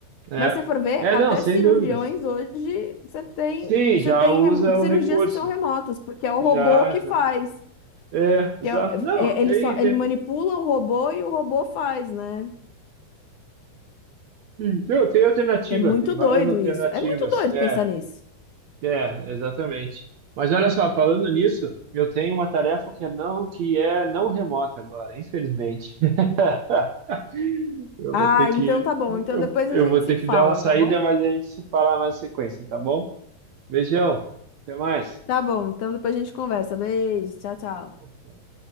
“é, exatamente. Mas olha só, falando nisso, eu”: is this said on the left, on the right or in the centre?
Right